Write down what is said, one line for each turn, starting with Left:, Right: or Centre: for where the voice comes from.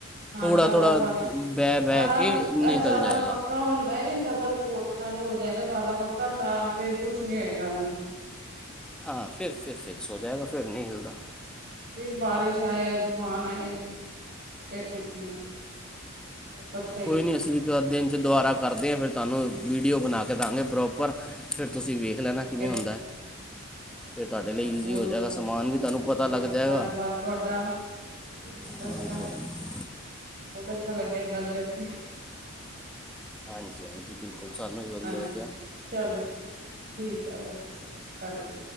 Right: ਹਾਂ
Centre: ਥੋੜ੍ਹਾ
Right: ਜ਼ਿਆਦਾ
Centre: ਥੋੜ੍ਹਾ
Right: ਬਾਰਿਸ਼
Centre: ਬਹਿ ਬਹਿ
Right: ਅ
Centre: ਕੇ ਨਿਕਲ
Right: ਜ਼ਿਆਦਾ
Centre: ਜਾਏਗਾ।
Right: ਪੱਕਾ ਹੁੰਦਾ ਹੈ ਡਬਲ ਕੋਡ ਨਾਲ ਹੋ ਜਾਏਗਾ ਜ਼ਿਆਦਾ ਪੱਕਾ, ਤਾਂ ਫੇਰ ਕੁਛ ਨੀ ਹੋਏਗਾ ਇਹਨੂੰ
Centre: ਹਾਂ ਫਿਰ ਫਿਰ ਫਿਕਸ ਹੋ ਜਾਏਗਾ, ਫਿਰ ਨਹੀਂ ਹਿਲਦਾ।
Right: ਫਿਰ ਬਾਰਿਸ਼ ਆਇ ਤੂਫਾਨ ਆਏ। ਫੇਰ ਕੁਛ ਨਹੀਂ ਹੋ ਸਕਦਾ। ਸਭ ਸਹੀ
Centre: ਕੋਈ ਨੀ ਅਸੀਂ ਇੱਕ ਦਿਨ ਚ ਦੁਬਾਰਾ ਕਰਦੇ ਹਾਂ ਫਿਰ ਤੁਹਾਨੂੰ ਵੀਡੀਓ ਬਣਾ ਕੇ ਦਾਂਗੇ ਪ੍ਰੋਪਰ, ਫਿਰ ਤੁਸੀਂ ਵੇਖ ਲੈਣਾ
Right: ਠੀਕ
Centre: ਕਿਵੇਂ
Right: ਹੈ,
Centre: ਹੁੰਦਾ ਫਿਰ
Right: ਠੀਕ
Centre: ਤੁਹਾਡੇ ਲਈ
Right: ਹੈ, ਬਹੁਤ
Centre: ਈਜ਼ੀ ਹੋ ਜਾਏਗਾ
Right: ਬਹੁਤ
Centre: ਸਮਾਨ ਵੀ ਤੁਹਾਨੂੰ
Right: ਬਹੁਤ
Centre: ਪਤਾ
Right: ਬਹੁਤ
Centre: ਲੱਗ ਜਾਏਗਾ
Right: ਧੰਨਵਾਦ ਤੁਹਾਡਾ ਤੁਸੀਂ ਮਨੂੰ ਦੱਸਿਆ।
Centre: ਹਾਂਜੀ ਹਾਂਜੀ
Right: ਬਹੁਤ ਅੱਛਾ ਲੱਗਿਆ ਗੱਲ ਕਰਕੇ
Centre: ਹਾਂਜੀ ਹਾਂਜੀ ਬਿਲਕੁਲ। ਸਾਨੂੰ ਵੀ ਵਧੀਆ
Right: ਹਾਂਜੀ,
Centre: ਲੱਗਿਆ
Right: ਚਲੋ ਠੀਕ ਠੀਕ ਹੈ ਔਕੇ, ਸਤਿ ਸ੍ਰੀ ਅਕਾਲ ਜੀ।